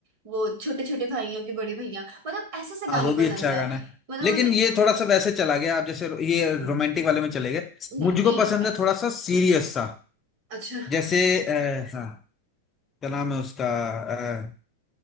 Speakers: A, on the right; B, on the left.
A: वो छोटे छोटे भाइयों के बड़े भैया मतलब ऐसे से
B: हाँ,
A: गाने
B: वो भी
A: पसंद
B: अच्छा
A: है
B: गाना है
A: मतलब
B: लेकिन
A: मुझे
B: ये थोड़ा सा वैसे चला गया आप जैसे रो- ये
A: अम,
B: रोमांटिक वाले में चले गए
A: नहीं
B: मुझको पसंद
A: ऐस-
B: है थोड़ा सा सीरियस सा
A: अच्छा
B: जैसे आ, हाँ क्या नाम है उसका अ,